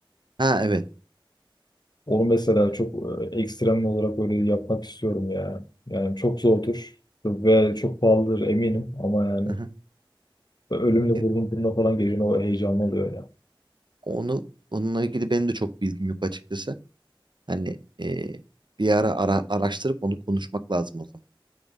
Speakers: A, on the right; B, on the left.
A: Ha evet.
B: Onu mesela çok e, ekstrem olarak böyle yapmak istiyorum ya. Yani çok zordur ve çok pahalıdır eminim ama yani
A: Hı hı.
B: ölümle
A: E,
B: burnun burnuna falan geliyor o heyecanlı oluyor ya.
A: onu onunla ilgili benim de çok bilgim yok açıkçası. Hani e, bir ara, ara araştırıp onu konuşmak lazım o zaman.